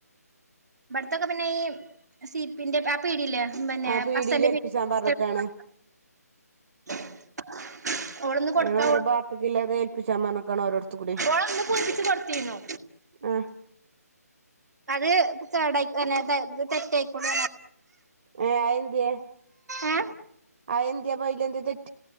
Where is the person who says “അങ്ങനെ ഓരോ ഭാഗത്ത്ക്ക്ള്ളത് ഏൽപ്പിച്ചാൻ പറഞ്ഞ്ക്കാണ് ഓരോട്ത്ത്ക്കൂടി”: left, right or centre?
Right